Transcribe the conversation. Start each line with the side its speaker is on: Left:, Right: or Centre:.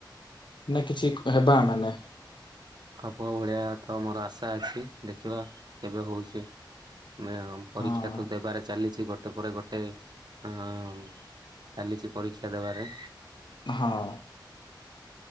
Left: ନା କିଛି କ ହେବା ଆମେମାନେ
Right: ହବ ଭଳିଆ ତ ମୋର ଆଶା ଅଛି ଦେଖିବା କେବେ ହଉଛି। ମେ ପରୀକ୍ଷା
Left: ହଁ
Right: ତ ଦେବାରେ ଚାଲିଚି ଗୋ ଗୋଟେ ପରେ ଗୋଟେ ଅମ ଚାଲିଛି ପରୀକ୍ଷା ଦେବାରେ।
Left: ହଁ।